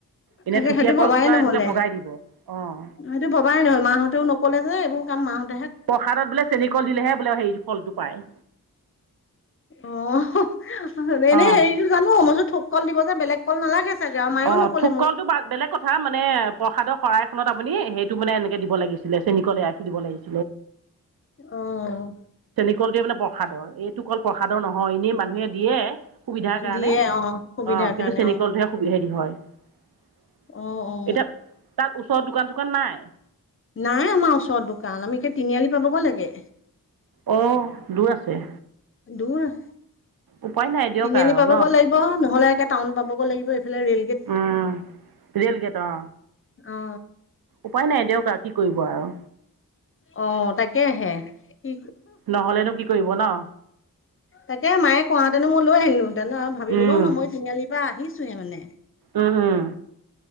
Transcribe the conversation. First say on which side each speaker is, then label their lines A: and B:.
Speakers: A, on the right; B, on the left.
A: এনে
B: তাকে
A: ঢুকীয়া
B: সেইটো
A: কলটো
B: ভবাই
A: বাৰু
B: নহলে।
A: এনেকে ভগাই দিব অঁ
B: সেইটো ভবাই নহয়। মাহঁতেও নকলে যে এইবোৰ কাম মাহতে
A: প্ৰসাদত বোলে। চেনিকল দিলেহে বোলে হেৰি ফলটো পায়।
B: অ, এনে
A: অঁ
B: হেৰিতো জানো মইছো থোক কল দিব যে বেলেগ কল নালাগে। চাগে আৰু মায়েও
A: অ'
B: নকলে
A: থোক
B: মোক
A: কলটো বেলেগ কথা মানে প্ৰসাদৰ শৰাই আপুনি সেইটো মানে এনেকে দিব লাগছিলে চেনীকলে আহখি দিব লাগিছিল।
B: আহ
A: কলটো বোলে বৰসাদৰ এইটো ক প্ৰসাদৰ নহয় এনেই মানুহে দিয়ে সুবিধাৰ কাৰণে
B: দিয়ে অ সুবিধাৰ
A: অ, কিন্তু
B: কাৰণে
A: চেনিকল
B: অ
A: টোৱে এতিয়া
B: অ অ
A: তাত ওচৰত দোকান চোকান নাই?
B: নাই আমাৰ ওচৰত দোকান আমি সেই তিনিআলি পাবগৈ লাগে।
A: অ, দূৰ আছে।
B: দূৰ আছে,
A: উপায় নাই দিয়ক
B: তিনিআলি
A: আৰু
B: পাবগৈ
A: ন
B: লাগিব নহ'লে একে টাউন পাবগৈ লাগিব। এইফালে ৰেলগেট
A: উম ৰেলগেট অঁ।
B: অঁ।
A: উপায় নাই দিয়ক আৰু কি কৰিব আৰু।
B: অ তাকেহে। কি
A: নহলেনো কি কৰিব ন?
B: তাকে মায়ে কোৱাহেঁতেন মই লৈ আহিলো হেতেন ন আৰু ভাবিবলৈও
A: উম,
B: ন মই তিনিআলিৰ পৰা আহিছোহে মানে।
A: উম উম।